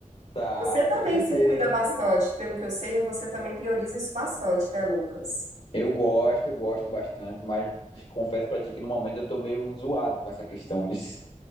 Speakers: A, on the left; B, on the right.
A: Tá,
B: Você também
A: com certeza.
B: se cuida bastante, pelo que eu sei, você também prioriza isso bastante, né, Lucas?
A: Eu gosto, eu gosto bastante, mas confesso pra ti que no momento eu tô meio zoado com essa questão. bis.